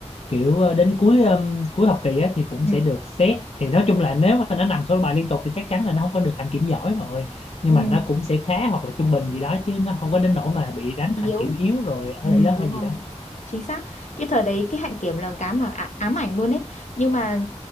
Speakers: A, on the left; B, on the left.
A: kiểu ờ, đến cuối ừm, cuối học kỳ á, thì cũng
B: Ừ.
A: sẽ được xét thì nói chung là nếu mà nó nằm số bài liên tục thì chắc chắn là nó không có được hạnh kiểm giỏi rồi nhưng
B: ừ
A: mà nó cũng sẽ khá hoặc là trung bình gì đó chứ nó không có đến nỗi mà bị đánh
B: Yếu
A: hạnh kiểm yếu rồi
B: Ừ,
A: ở lại lớp
B: đúng
A: hay gì
B: rồi
A: đó
B: chính xác cái thời đấy cái hạnh kiểm là cái mà á- ám ảnh luôn ấy nhưng mà